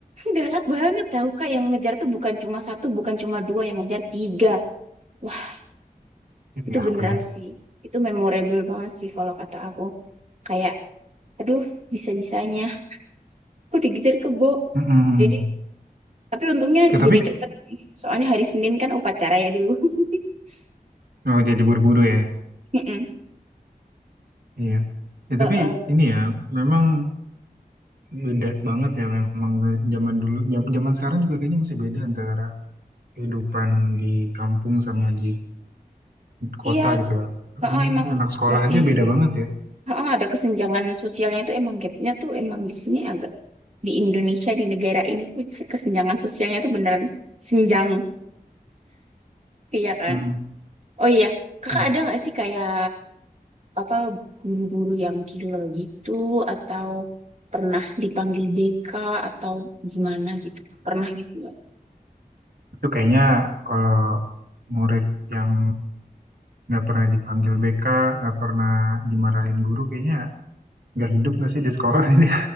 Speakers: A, on the right; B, on the right.
A: galak banget tahu Kak yang ngejar tuh bukan cuma satu, bukan cuma dua yang ngejar tiga. Wah,
B: Ini
A: itu
B: apa
A: beneran
B: dong?
A: sih. Itu memorable banget sih kalau kata aku. Kayak aduh, bisa-bisanya aku dikejar kebo.
B: Mm-mm.
A: Jadi tapi untungnya
B: Oke, tapi
A: jadi cepet sih. Soalnya hari Senin kan upacara ya dulu. <laughs>
B: oh, jadi buru-buru ya.
A: Mm-mm.
B: Iya. Ya,
A: Uh-uh.
B: tapi ini ya memang beda banget ya memang zaman dulu jam- zaman sekarang juga kayaknya masih beda antara kehidupan di kampung sama di kota
A: Iya,
B: gitu ya.
A: oh
B: Ini
A: emang
B: anak sekolah
A: masih
B: aja beda banget ya.
A: oh, ada kesenjangan sosialnya tuh emang gapnya tuh emang di sini agak di Indonesia di negara ini tuh kesenjangan sosialnya tuh beneran senjang, iya kan?
B: Hmm.
A: Oh iya, kakak
B: Ya,
A: ada nggak sih kayak apa guru-guru yang killer gitu atau pernah dipanggil BK atau gimana gitu? Pernah gitu nggak?
B: Itu kayaknya kalau murid yang nggak pernah dipanggil BK, nggak pernah dimarahin guru, kayaknya nggak hidup nggak sih di sekolah <laughs> ini.